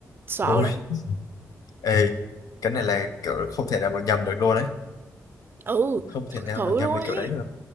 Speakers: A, on the right; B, on the left.
A: sợ
B: ui
A: lắm
B: ê, cái này là kiểu không thể nào mà nhầm được luôn đấy.
A: ừ
B: Không
A: thật
B: thể nào
A: sự
B: mà nhầm
A: luôn
B: được
A: ấy
B: kiểu đấy được.